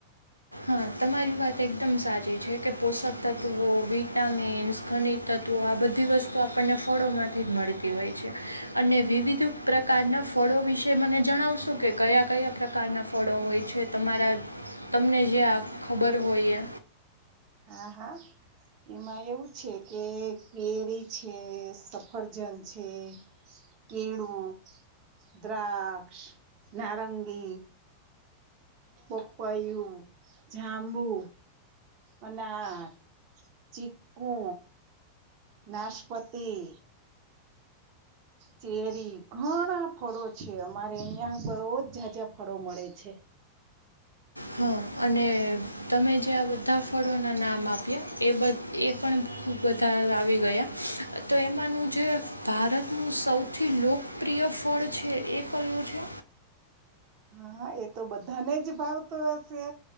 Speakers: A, on the right; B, on the right.
A: હા તમારી વાત એકદમ સાચી છે કે પોષક તત્ત્વો વિટામિન્સ ખનિજ તત્વો આ બધી વસ્તુ આપણને ફળોમાંથી જ મળતી હોય છે અને વિવિધ પ્રકારનાં ફળો વિશે મને જણાવશું કે કયા કયા પ્રકારનાં ફળો હોય છે તમારા તમને જે ખબર હોઈએ
B: હા હા એમાં એવું છે કે કેરી છે સફરજન છે કેળું દ્રાક્ષ નારંગી પોપયુ જાંબુ અનર ચીકુ નાશપતી ચેરી ઘણા ફળો છે અમારે અહિયાં બો જ જા જા ફળો મળે છે
A: હા અને તમે જે આ બધા ફળોના નામ આપ્યા એ એ પણ બધા આવી ગયા તો એમાંનું જે ભારતનું સૌથી લોકપ્રિય ફળ છે એ કયું છે
B: હા એ તો બધાને જ ભાવતો હશે